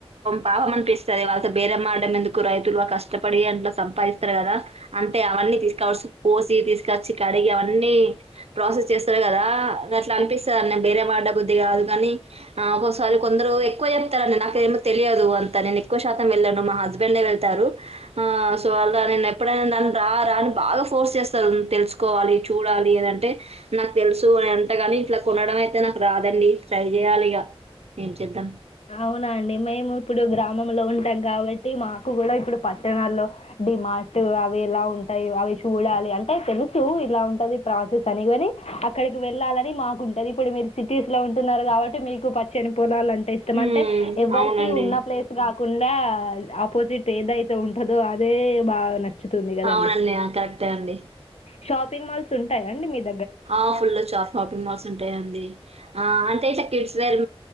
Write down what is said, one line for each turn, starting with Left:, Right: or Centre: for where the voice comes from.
Right: పాపమ అంటే ఇస్ట సరే వాళ్తో బేరం మడడం ఎందుకు రైతులు కష్టపడి అట్ల సంపాదిస్తారు కదా అంటే అవన్నీ తీసుకోవాల్సిన పోసి తీసుకొచ్చి కడిగి అవన్నీ ప్రాసెస్ చేస్తారు కదా అట్లా అనిపిస్తుందిండి బేరే వాడ బుద్ధది కాదు కాని ఆ ఒక్కోసారి కొందరు ఎక్కువ చెప్తారండి నాక ఏమో తెలియదు అంతా నేను ఎక్కువ శాతం వెళ్ళాను మా హస్బెండ్ వెళ్తారు ఆ సో అ నేను ఎప్పుడైనా దా రా రా అని బాగా ఫోర్స్ చేస్తారు తెలుసుకు కోవాలి చూడాలి అనింటే నాకు తెలుసు ఎంతగాని ఇట్లా కొనడం అయితే నాకు రాదండి ట్రై చే చేయాలిగా ఏమి చేద్దాం
Left: అవునా అండి మేము ఇప్పుడు గ్రామంలో ఉంటాం కాబట్టి మాకు కూడా ఇప్పుడు పట్టణాల్లో డిమార్ట్ అవి ఎలా ఉంటాయి అవి చూడాలి అంటే తెలుసు ఇలా ఉంటది ప్రాసెస్ అని కాని అక్కడికి వెళ్ళాలని మాకుంటది ఇప్పుడు మీరు సిటీస్ లో ఉంటున్నారు కాబట్టి మీకు పచ్చని పొలాలుంట ష్ట
Right: హ్మ్.
Left: అంటే ఎవ్వరికి
Right: అవునండి.
Left: ఉన్న ప్లేస్ కాకుండా ఆపోజిట్ ఏదైతే ఉంటందో అ అదే బాగా నచ్చుతుంది కదండి
Right: అవునండి. ఆ! కరెక్టే అండి.
Left: షాపింగ్ మాల్స్ ఉంటాయా అండి మీకు
Right: ఆ ఫుల్ షాపింగ్ మాల్స్ ఉంటాయండి ఆ అంటే ఇట్లా కిడ్స్ వేర్